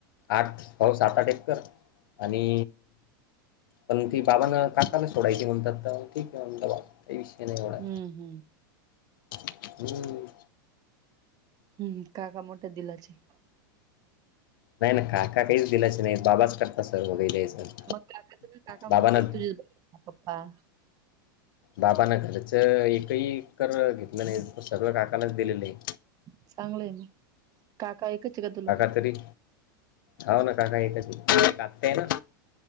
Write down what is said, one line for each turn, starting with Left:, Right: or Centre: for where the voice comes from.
Left: आठ पाऊसात आठ एककर आणि पण ती बाबाांना काकाला सोडायची म्हणतात ते कि म्हणत बाबा काही विषय नाही
Right: हम्म
Left: डाय.
Right: हम्म
Left: हम्म.
Right: हम्म काका मोठ्या दिलाची.
Left: नाही ना काका काही दिलाच नाही बाबाच करत सर मु द्यायचं.
Right: मग काकाच म काका
Left: बाबानं
Right: म्हणत तुझ पप्पा
Left: बाबाना घरचं एकही कर घेतलं नाही सर्व काकालाच दिलेलं आहे.
Right: चांगलंय मग काका ऐकच आहे का तुला?
Left: तरी होा ना काका एकच टगतेय ना.